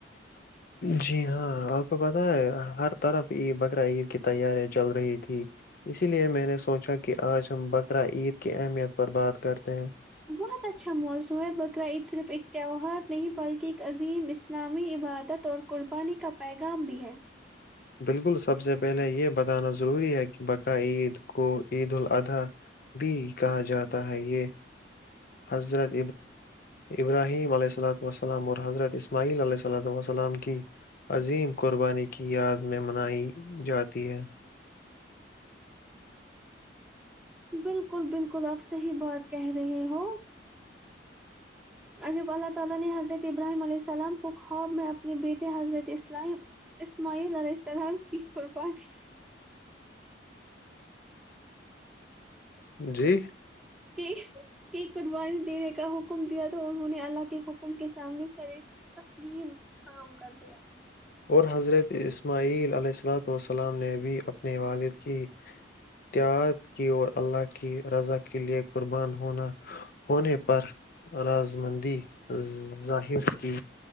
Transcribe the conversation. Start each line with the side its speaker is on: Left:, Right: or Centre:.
Left: جی ہاں آپ کو پتہ ہے ہر طرفید بقر عید کی تیاریا چل رہی تھی اسی لیے میں نے سوچا کہ آج ہم بقر عید کی اہمیت پر بات کرتے ہیں
Centre: بہت اچھا موضوع ہے بقر عید صرف ایک تہوہار نہیں بلکہ ایک عظیم اسلامی عبادت اور قربانی کا پیغام بھی ہے
Left: بالکل سب سے پہلے یہ بتانا ضروری ہے کہ بقرہعید کو عید الالاضحی بھی کہا جاتا ہے یہ حضرت ابراہیم علیہ الۃ وسلمام اور حضرت اسماعیل علیہ اللۃ وسلم کی عظیم قربانی کی یاد میں منائی جاتی ہے
Centre: بالکل بالکل اپ سے ہی بات کہہ رہے ہو جب اللہ تعالی نے حضرت ابراہیم علیہ السلام کو خواب میں اپنے بیٹے حضرت اسماعیل علیہ السلام کی قربانی
Left: جی
Centre: کی قربانی دینے کا حکم دیا تو انہوں نے اللہ کے حکم کے سامنے سر تسلیم خام کر دیا
Left: اور حضرت اسماعیل علیہ اللاۃ والسلام نے بھی اپنے والد کی تیاد کی اور اللہ کی رضا کے لیے قربان ہونا ہونے پر رض مندی ظاہر کی